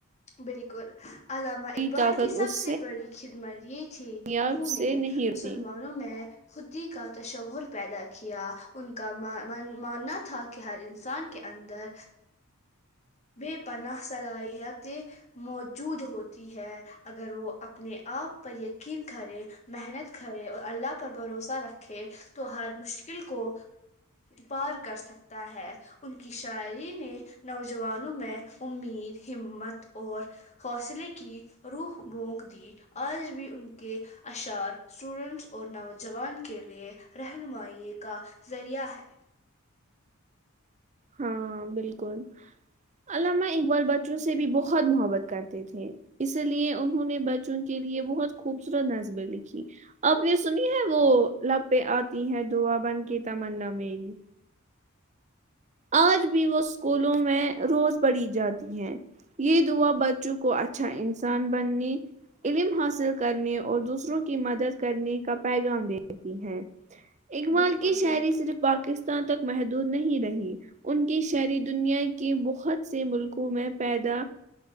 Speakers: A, on the left; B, on the right.
A: بالکل علامہ
B: کوئی
A: اقبال
B: طاقت
A: کی سب
B: اس
A: سے بڑی خدمت یہ تھی
B: کامیاب
A: کہ انہوں
B: سے
A: نے
B: نہیں ہوتی
A: مسلمانوں میں خدی کا تشور پیدا کیا ان کا ماننا تھا کہ ہر انسان کے اندر بے پناہ صلاحیت موجود ہوتی ہے اگر وہ اپنے آپ پر یقین کرے محنت کرے اور اللہ پر بھروسہ رکھے تو ہر مشکل کو پار کر سکتا ہے ان کی شاعری نے نوجوانوں میں امید ہمت اور حوصلے کی روح بونک دی آج بھی ان کے اشعار اسٹوڈنٹس اور نوجوان کے لیے رہنمائی کا ذریعہ ہے
B: ہاں بالکل علامہ ا بال بچوں سے بھی بہت محبت کرتے تھے اسی لیے انہوں نے بچوں کے لیے بہت خوبصورت نصبیں لکھی آپ نے سنی ہے وہ لہ آتی ہے دعا بن کے تمنا میری آج بھی وہ اسکولوں میں روز پڑھی جاتی ہے یہ ہوا بچوں کو اچھا اچھا انسان بننے علم حاصل کرنے اور دوسروں کی مدد کرنے کا پیغام دے ہوتی ہیں اقمال
A: بالکل
B: کی شاعری صرف پاکستان تک محدود نہیں رہی ان کی شہری دنیا کے بہت سے ملکوں میں پیدا